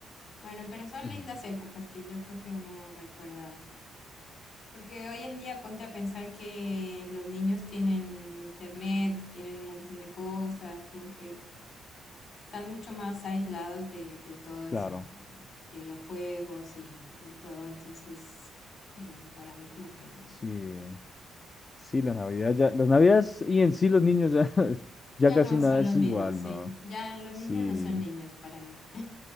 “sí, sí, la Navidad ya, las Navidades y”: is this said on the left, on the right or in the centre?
Left